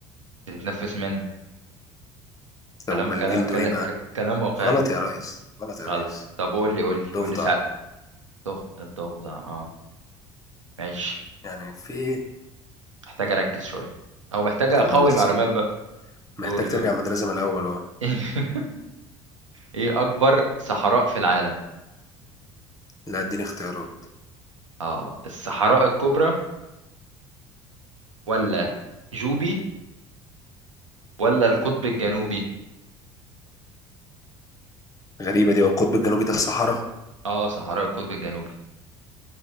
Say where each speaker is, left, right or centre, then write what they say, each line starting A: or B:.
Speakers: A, on the right; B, on the left.
A: بتتنفس منها
B: طب
A: كلام
B: امال
A: كلام
B: جلده
A: كلام,
B: ايه بقى
A: كلام واقعي
B: غلط يا ريس غلط يا ريس
A: غلط طب قول لي قول لي
B: الضفدع
A: قول لي ساق الضفدع الضفدع اه ماشي
B: يعني في ايه
A: محتاج اركز شويه او محتاج اقوي
B: طب يلا السلام
A: المعلومات بقى
B: محتاج
A: دوري
B: ترجع
A: دوري
B: المدرسة من الأول أهو
A: <laughs> ايه اكبر صحراء في العالم
B: لا اديني اختيارات
A: اه الصحراء الكبرى ولا جوبي ولا القطب الجنوبي
B: غريبة دي هو القطب الجنوبي ده الصحراء
A: اه صحراء القطب الجنوبي